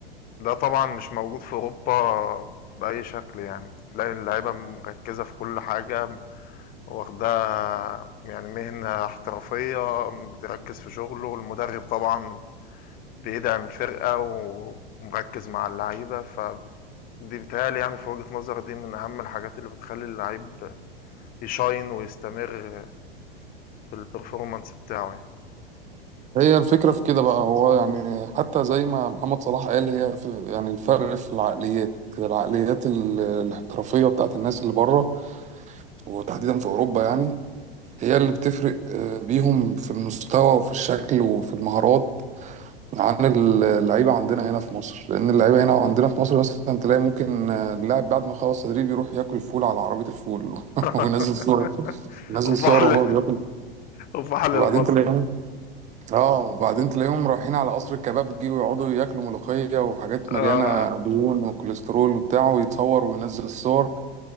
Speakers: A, on the left (about 30°); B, on the right (about 25°).
A: طبعًا مش موجود في أوروبا بأي شكل يعني، تلاقي اللعيبة مركّزة في كل حاجة واخدها يعني مهنة احترافية بتركز في شغله المدرب طبعا بيدعم الفرقة ومركز مع اللعيبة فدي بيتهيألي يعني في وجهة نظري دي من أهم الحاجات اللي بتخلي اللعيب يشاين ويستمر في البرفورمانس بتاعه يعني
B: هي الفكرة في كده بقى هو يعني حتى زي ما محمد صلاح قال هي في يعني الفرق في العقليات العقليات ال- الاحترافية بتاعت الناس اللي بره وتحديدا في أوروبا يعني هي اللي بتفرق آه، بيهم في المستوى وفي الشكل وفي المهارات عن اللعيبة عندنا هنا في مصر لأن اللعيبة هنا عندنا في مصر مثلا تلاقي ممكن آه، اللاعب بعد ما يخلص تدريب يروح ياكل فول على عربية الفول <laughs>
A: <laughs>
B: وينزل صورة ينزل
A: وفحل
B: صور وهو بياكل
A: وفحل
B: وبعدين
A: البصل
B: تلاقيهم اه وبعدين تلاقيهم رايحين على قصر الكبابجي ويقعدوا ياكلوا ملوخية وحاجات مليانة
A: آه.
B: دهون وكوليسترول وبتاع ويتصور وينزل الصور